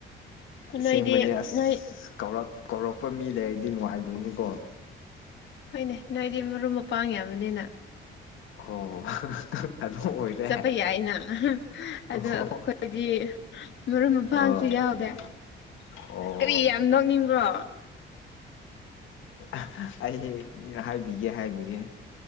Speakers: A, on the left (about 80°); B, on the left (about 65°).
A: ꯑꯁꯦꯡꯕꯅꯦ
B: ꯅꯣꯏꯗꯤ
A: ꯑꯁ
B: ꯅꯣꯏ
A: ꯀꯧꯔꯛ ꯀꯧꯔꯛꯄ ꯃꯤ ꯂꯩꯔꯗꯤ ꯅꯨꯡꯉꯥꯏꯗꯣꯏꯅꯤꯀꯣ
B: ꯍꯣꯏꯅꯦ ꯅꯣꯏꯗꯤ ꯃꯔꯨꯞ ꯃꯄꯥꯡ ꯌꯥꯝꯕꯅꯤꯅ
A: ꯑꯣ ꯑꯗꯨ ꯑꯣꯏꯔꯦ
B: ꯆꯠꯄ ꯌꯥꯏꯅ ꯑꯍꯥ
A: ꯑꯣ
B: ꯑꯗꯣ ꯑꯩꯈꯣꯏꯗꯤ ꯃꯔꯨꯞ ꯃꯄꯥꯡꯁꯨ
A: ꯑꯣ
B: ꯌꯥꯎꯗꯦ
A: <inaudible> ꯑꯣ
B: ꯀꯔꯤ ꯌꯥꯝ ꯅꯣꯛꯅꯤꯡꯕ꯭ꯔꯣ
A: ꯑꯥ ꯑꯩ ꯍꯥꯏꯕꯤꯒꯦ ꯍꯥꯏꯕꯤꯒꯦ